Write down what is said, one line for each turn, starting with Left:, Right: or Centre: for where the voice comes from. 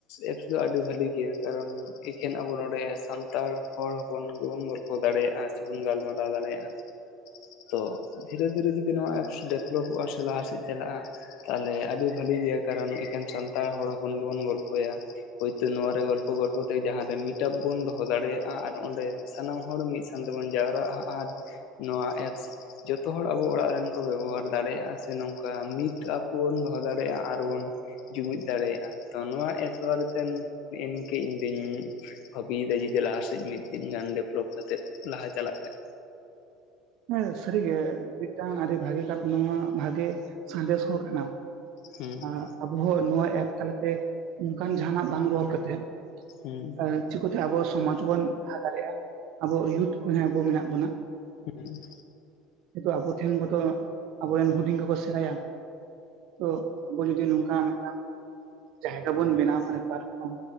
Left: ᱮᱯᱥ ᱫᱚ ᱟᱹᱰᱤ ᱵᱷᱟᱹᱞᱤ ᱜᱮᱭᱟ ᱠᱟᱨᱚᱱ, ᱮᱠᱷᱮᱱ ᱟᱵᱚ ᱱᱚᱰᱮ ᱥᱟᱱᱛᱟᱲ ᱦᱚᱲ ᱦᱚᱯᱚᱱ ᱜᱮᱵᱚᱱ ᱜᱚᱞᱯᱚ ᱫᱟᱲᱮᱭᱟᱜᱼᱟ ᱥᱮᱵᱚᱱ ᱜᱟᱞᱢᱟᱨᱟᱣ ᱫᱟᱲᱮᱭᱟᱜᱼᱟ᱾ ᱛᱚ ᱫᱷᱤᱨᱮ ᱫᱷᱤᱨᱮ ᱡᱩᱫᱤ ᱱᱚᱣᱟ ᱮᱯᱥ ᱰᱮᱵᱷᱞᱚᱯᱚᱜᱼᱟ ᱥᱮ ᱞᱟᱦᱟᱥᱮᱫ ᱪᱟᱞᱟᱜᱼᱟ᱾ ᱛᱟᱦᱚᱞᱮ ᱟᱹᱰᱤ ᱵᱷᱟᱞᱤ ᱜᱮᱭᱟ, ᱠᱟᱨᱚᱱ ᱮᱠᱮᱱ ᱥᱟᱱᱛᱟᱲ ᱦᱚᱲ ᱦᱚᱯᱚᱱ ᱜᱮᱵᱚᱱ ᱜᱚᱞᱯᱷᱚᱭᱟ᱾ ᱦᱚᱭᱛᱳ ᱱᱚᱣᱟ ᱨᱮ ᱜᱚᱞᱯᱚ ᱜᱚᱞᱯᱚ ᱛᱮ ᱡᱟᱸᱦᱟ ᱨᱮ ᱢᱤᱴᱟᱯ ᱵᱚᱱ ᱫᱚᱦᱚ ᱫᱟᱲᱮᱭᱟᱜᱼᱟ ᱟᱨ ᱚᱸᱰᱮ ᱥᱟᱱᱟᱢ ᱦᱚᱲ ᱢᱤᱫ ᱥᱟᱸᱣ ᱛᱮᱵᱚᱱ ᱡᱟᱣᱨᱟᱜᱼᱟ ᱟᱨ ᱱᱚᱣᱟ ᱮᱯᱥ ᱡᱚᱛᱚ ᱦᱚᱲ ᱟᱵᱚ ᱚᱲᱟᱜ ᱨᱮᱱ ᱠᱚ ᱵᱮᱵᱚᱦᱟᱨ ᱫᱟᱲᱮᱭᱟᱜᱼᱟ ᱥᱮ ᱱᱚᱝᱠᱟ ᱢᱤᱴ ᱟᱯ ᱵᱚᱱ ᱫᱚᱦᱚ ᱫᱟᱲᱮᱭᱟᱜᱼᱟ ᱟᱨᱵᱚᱱ, ᱡᱩᱢᱤᱫ ᱫᱟᱲᱮᱭᱟᱜᱼᱟ, ᱛᱚ ᱱᱚᱣᱟ ᱮᱯᱥ ᱵᱟᱨᱮᱛᱮᱱ ᱱᱮᱜᱮᱱᱤᱝᱠᱟ ᱤᱧ ᱫᱩᱧ ᱵᱷᱟᱵᱤᱭᱮᱫᱟ ᱡᱩᱫᱤ ᱞᱟᱦᱟᱥᱮᱫ ᱢᱤᱫ ᱫᱤᱱ ᱜᱟᱱ ᱰᱮᱵᱷᱞᱚᱯ ᱠᱟᱛᱮᱫ ᱞᱟᱦᱟ ᱪᱟᱞᱟᱜ ᱠᱷᱟᱡ᱾
Right: ᱦᱮᱸ ᱥᱟᱹᱨᱤᱜᱮ ᱢᱤᱫᱴᱟᱝ ᱟᱹᱰᱤ ᱵᱷᱟᱜᱮ ᱠᱟᱛ ᱱᱚᱣᱟ ᱵᱷᱟᱜᱤ ᱥᱟᱸᱫᱮᱥ ᱦᱚᱸ ᱠᱟᱱᱟ᱾
Left: ᱦᱩᱸ᱾
Right: ᱟᱨ ᱟᱵᱚ ᱦᱚᱸ ᱱᱚᱣᱟ ᱮᱯᱥ ᱛᱟᱞᱟᱛᱮ ᱚᱱᱠᱟᱱ ᱡᱟᱦᱟᱱᱟᱜ ᱵᱟᱝ ᱨᱚᱲ ᱠᱟᱛᱮᱜ
Left: ᱦᱩᱸ
Right: ᱮ ᱪᱩᱯ ᱛᱮ ᱟᱵᱚᱣᱟᱜ ᱥᱚᱢᱟᱡ ᱵᱚᱱ ᱞᱟᱦᱟ ᱫᱟᱲᱮᱭᱟᱜᱼᱟ ᱟᱵᱚ <unintelligible> ᱠᱚ ᱦᱚᱸ ᱟᱵᱚ ᱢᱮᱱᱟᱜ ᱵᱚᱱᱟ᱾
Left: ᱦᱮᱸ᱾
Right: ᱡᱮᱦᱮᱛᱩ ᱟᱵᱚ ᱴᱷᱮᱱ ᱡᱚᱛᱚ ᱟᱵᱚᱨᱮᱱ ᱦᱩᱰᱤᱧ ᱠᱚᱠᱚ ᱥᱮᱬᱟᱭᱟ ᱛᱚ ᱟᱵᱚ ᱡᱩᱫᱤ ᱱᱚᱝᱠᱟ ᱢᱤᱫᱴᱟᱱ ᱡᱟᱭᱜᱟ ᱵᱚᱱ ᱵᱮᱱᱟᱣ ᱠᱷᱟᱱᱮ ᱯᱟᱨᱯᱷᱨᱚᱢ